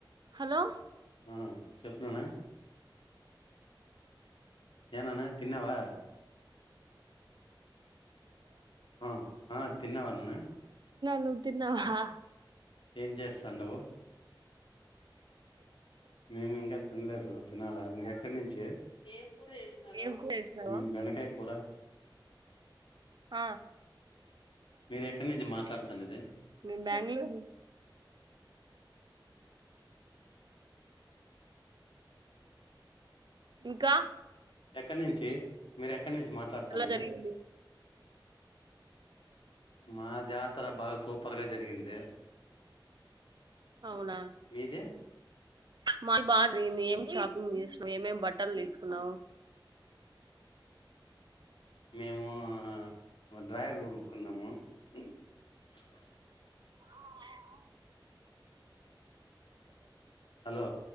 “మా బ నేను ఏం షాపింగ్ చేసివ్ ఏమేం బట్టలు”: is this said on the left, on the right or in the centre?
Right